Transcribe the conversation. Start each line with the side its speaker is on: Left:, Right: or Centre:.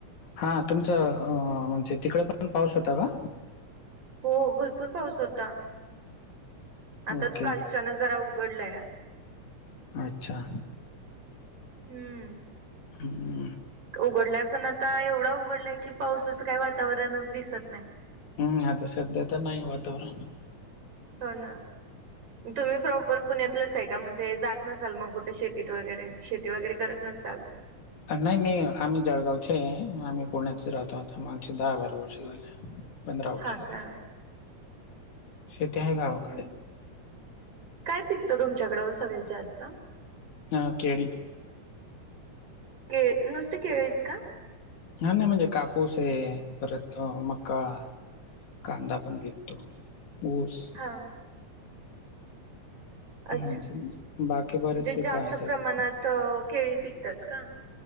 Left: हा तुमचं अ म्हणजे तिकडे पण पाऊस होता का?
Right: हो भरपूर पाऊस होता, आता
Left: ओके
Right: कालच्यान जरा उघडलाय.
Left: अच्छा
Right: हम्म
Left: हम्म.
Right: उघडलाय पण आता एवढा उघडलाय की पावसाचं काही वातावरणच दिसत नाही.
Left: हम्म आता सध्या तर नाही वातावरण.
Right: हो ना तुम्ही प्रॉपर पुण्यातलंच आहे का म्हणजे जात नसल मग कु शेतीत वगैरे शेती वगैरे करत नससाल.
Left: अ नाही मी आम्ही जळगावचे आम्ही पुण्याचे राहतो आता मागचे दहा बारा वर्ष झाले पंधरा वर्ष
Right: हा
Left: झाले,
Right: का
Left: शेती आहे गावाकडे.
Right: हम्म. काय पिकतं तुमच्याकडं सगळ्यात जास्त?
Left: हा केळी
Right: के नुसती केळेच का?
Left: नाय नाय म्हणजे कापूस आहे परत अ मक्का कांदा पण विकतो ऊस
Right: हा
Left: म्हणजे
Right: अच्छा म्हणजे
Left: बाकी बरेच पिकं
Right: जास्त
Left: आहेत अजून
Right: प्रमाणात अ केळी पिकतात का?